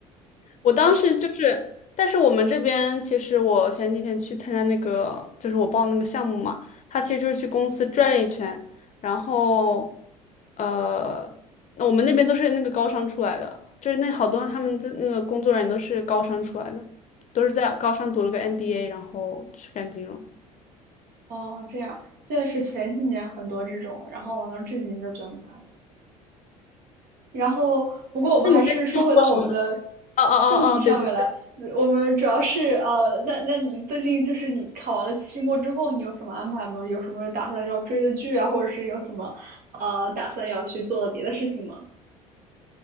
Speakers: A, on the left; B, on the right.
A: 我当时就是，
B: 哦
A: 但是我们这边其实我前几天去参加那个，就是我报那个项目嘛，他其实就是去公司转一圈，然后呃，我们那边都是那个高商出来的，就是那好多他们的那个工作人员都是高商出来的，都是在高商读了个 MBA，然后去干金融。
B: 哦，这样，确是前几年很多这种，然后完了至今就比较难了。然后不过我们还是说回到我们的
A: 那你在什么？哦哦哦哦，
B: 正题上面来，
A: 对对，
B: 呃我们主要是呃，那那你最近就是你考完了期末之后，你有什么安排吗？有什么打算要追的剧啊，或者是有什么呃打算要去做的别的事情吗？